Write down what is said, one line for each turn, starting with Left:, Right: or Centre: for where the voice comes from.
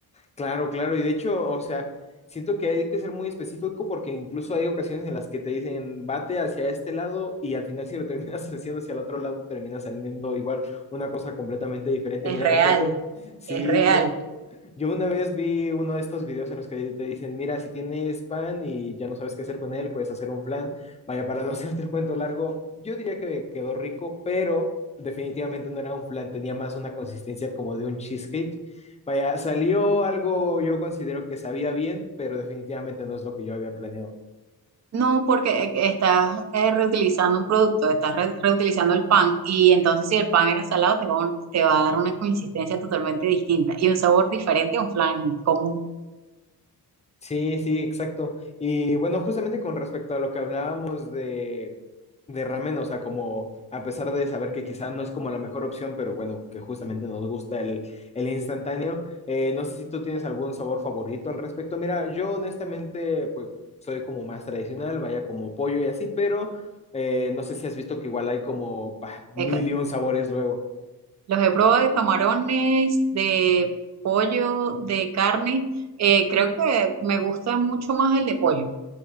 Left: Claro, claro, y de hecho, o sea, siento que hay que ser muy específico porque incluso hay ocasiones en las que te dicen bate hacia este lado y al final si lo terminas <laughs> haciendo hacia el otro lado termina saliendo igual una cosa completamente diferente.
Right: Es
Left: Mira,
Right: real,
Left: te cuento, sí,
Right: es real.
Left: yo, yo una vez vi uno de estos videos en los que te dicen, mira, si tienes pan y ya no sabes qué hacer con él, puedes hacer un flan. Vaya, para no <laughs> hacerte el cuento largo, yo diría que quedó rico, pero definitivamente no era un flan, tenía más una consistencia como de un cheesecake Vaya, salió algo yo considero que sabía bien, pero definitivamente no es lo que yo había planeado.
Right: No, porque eh, estás eh, reutilizando un producto, estás re- reutilizando el pan y entonces si el pan era salado te va, a- te va a dar una consistencia totalmente distinta y un sabor diferente a un flan común.
Left: Sí, sí, exacto. Y bueno, justamente con respecto a lo que hablábamos de, de ramen, o sea, como a pesar de saber que quizá no es como la mejor opción, pero bueno, que justamente nos gusta el, el instantáneo, eh, no sé si tú tienes algún sabor favorito al respecto. Mira, yo honestamente, pues soy como más tradicional, vaya como pollo y así, pero eh, no sé si has visto que igual hay como bah, mil
Right: De ca-
Left: y un sabores luego.
Right: Los he probado de camarones, de pollo, de carne. eh, creo que me gusta mucho más el de pollo